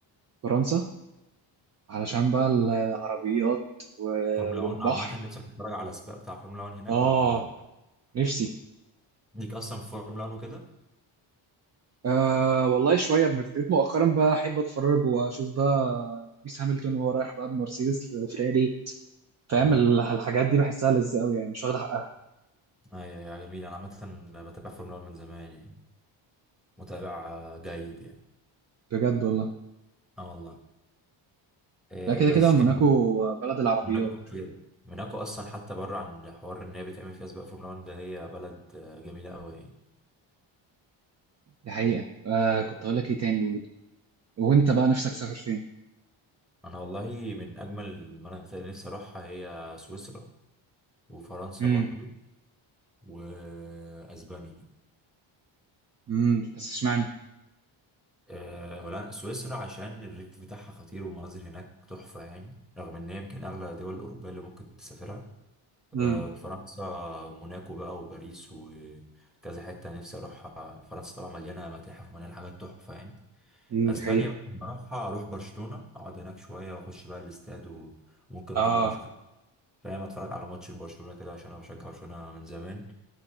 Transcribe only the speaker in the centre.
فورمولا 1
عامة نفسك تتفرج على السباق بتاع فورمولا 1 هناك
ولا
ليك أصلا في فورمولا 1 وكده؟
امم
ايوه يا جميل أنا عامة بتابع فورمولا 1 من زمان يعني متابع آه، جيد يعني
اه والله آه،
بس
كمل
موناكو خطيرة موناكو أصلا حتى بره عن حوار إن هي بتعمل فيها سباق فورمولا 1 ده هي بلد آه، جميلة أوي يعني
أنا والله من أجمل المناطق اللي نفسي أروحها هي سويسرا وفرنسا
برضو وأسبانيا
آه، هولن- سويسرا عشان الريف بتاعها خطير والمناظر هناك تحفة يعني رغم إن هي يمكن أغلى الدول الأوروبية اللي ممكن تسافرها
آه، فرنسا موناكو بقى وباريس وكذا حتة نفسي أروحها فرنسا طبعا مليانة متاحف ومليانة حاجات تحفة يعني
اسبانيا
ممكن اروحها اروح برشلونه اقعد هناك شويه واخش بقى الاستاد و- وممكن
اروح بقى اشوف فاهم اتفرج على ماتش برشلونه كده عشان انا بشجع برشلونه من زمان